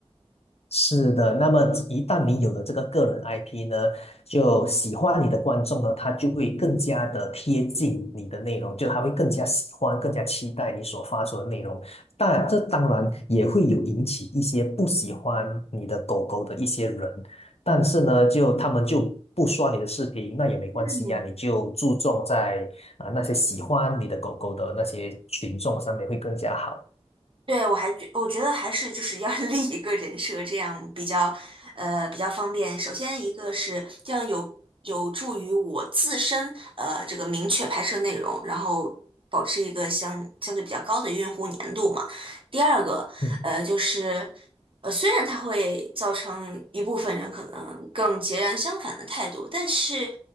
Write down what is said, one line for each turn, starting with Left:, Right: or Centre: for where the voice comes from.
Left: 是的，那么一旦你有了这个个人 IP 呢，就喜欢你的观众呢，他就会更加的贴近你的内容，就他会更加喜欢、更加期待你所发出的内容。但这当然也会有引起一些不喜欢你的狗狗的一些人，但是呢，就他们就不刷你的视频，那也没关系呀、
Right: 嗯。
Left: 你就注重在啊、那些喜欢你的狗狗的那些群众上面会更加好。
Right: 对，我还觉我觉得还是就是要 <laughs> 立一个人设，这样比较呃比较方便。首先一个是这样有有助于我自身呃这个明确拍摄内容，然后保持一个相相对比较高的用户粘度嘛。第二个呃就是呃虽然它会造成一部分人可能更截然相反的态度，
Left: 嗯。
Right: 但是